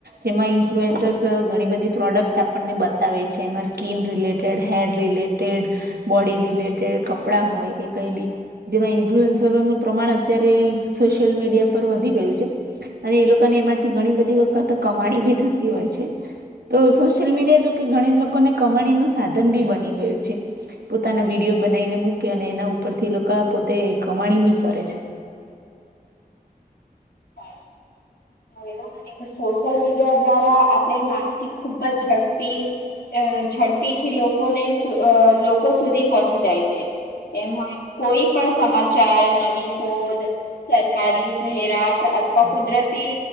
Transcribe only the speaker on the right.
જેમાં ઇન્ફ્લુએન્સર્સ ઘણી બધી પ્રોડક્ટ આપણને બતાવે છે એમાં skin related hair related body related કપડા હોય કે કઈ બી જેમાં ઇન્ફ્લુઅન્સરનું પ્રમાણ અત્યારે સોશિયલ મીડિયા પર વધી ગયું છે. અને એ લોકોને એમાંથી ઘણી બધી વખત કમાણી બી થતી હોય છે. તો સોશિયલ મીડિયા જોકે ઘણી લોકોને કમાણીનું સાધન બી બની ગયું છે. પોતાના વિડીયો બનાવીને મૂકે અને એના ઉપરથી લોકો પોતે કમાણી બી કરે છે.